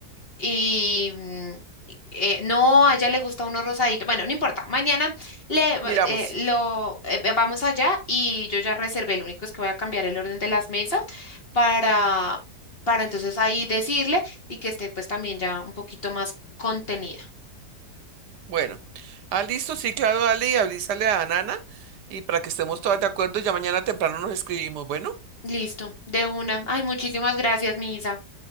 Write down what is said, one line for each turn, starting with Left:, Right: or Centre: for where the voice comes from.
Left: Y mm, eh, no, a ella le gusta uno rosadito. Bueno, no importa. Mañana le
Right: Miramos.
Left: eh, lo eh, ve- vamos allá y yo ya reservé. Lo único es que voy a cambiar el orden de las mesas para, para entonces ahí decirle y que esté pues también ya un poquito más contenida.
Right: Bueno, ah, listo, sí, claro, dale y avísale a Nana y para que estemos todas de acuerdo, ya mañana temprano nos escribimos. Bueno,
Left: Listo, de una. Ay, muchísimas gracias, mi Isa.